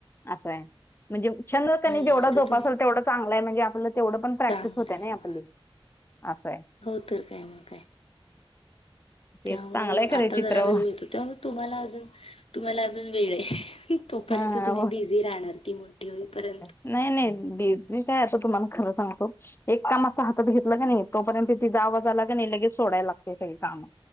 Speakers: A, on the left; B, on the left.
A: असाय. म्हणजे छंद कणी
B: हम्म
A: जेवढा
B: आता
A: जोपासाल
B: तू
A: तेवढा चांगलाय म्हणजे आपल तेवढ पण प्रॅक्टिस
B: चांगलं
A: होत्यान
B: आहे
A: आपली
B: हो
A: असाय.
B: हो तर काय मग काय.
A: तेच
B: त्यामुळ
A: चांगलंय
B: मंग
A: खरं
B: आता
A: चित्र
B: जरा वेळ मिळतो त्यामुळ तुम्हाला आजून तुम्हाला आजून वेळय. तोपर्यंत
A: हा
B: तुम्ही बिझी राहणार की मोठी होईपर्यंत.
A: नाय नाय बी जी काय असल तुम्हाला खरं सांगतो. एक काम असं हातात घेतलं कणीय तोपर्यंत तिजा आवाज आला कणी लगेच सोडाय लागतेय सगळी काम.